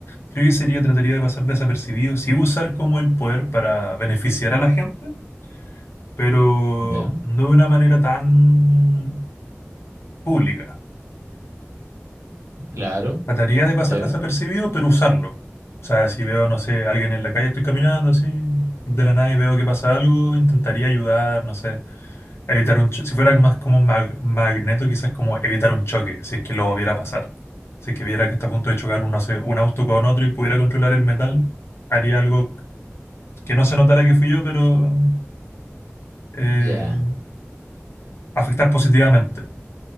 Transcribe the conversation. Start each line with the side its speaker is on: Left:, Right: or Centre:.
Left: Creo que sería, trataría de pasar desapercibido, sí usar como el poder para beneficiar a la gente, pero
Right: ¿Ya?
Left: no de una manera tan pública.
Right: Claro.
Left: Trataría de pasar
Right: Ya,
Left: desapercibido, pero usarlo. O sea, si veo, no sé, alguien en la calle, estoy caminando así, de la nada y veo que pasa algo, intentaría ayudar, no sé Evitar un cho- si fuera más como un mag- magneto, quizás como evitar un choque, si es que lo viera pasar. Si es que viera que está a punto de chocar un, no sé, un auto con otro y pudiera controlar el metal, haría algo que no se notara que fui yo, pero eh,
Right: Ya,
Left: afectar positivamente,